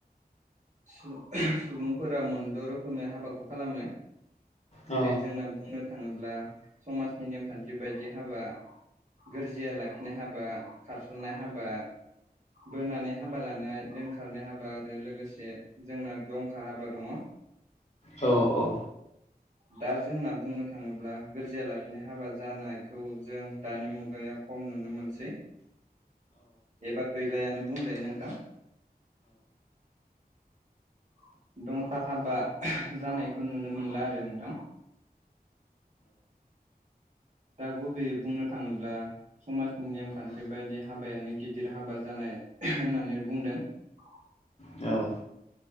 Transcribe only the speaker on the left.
औ
औ औ
औ